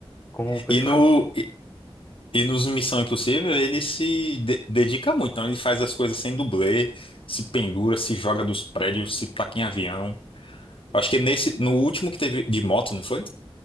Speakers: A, on the left (about 20°); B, on the left (about 60°).
A: como o pessoal
B: E, no, e, e nos Missão Impossível ele se de- dedica muito, então ele faz as coisas sem dublê, se pendura, se joga dos prédios, se taca em avião. Acho que nesse, no último que teve de moto, não foi?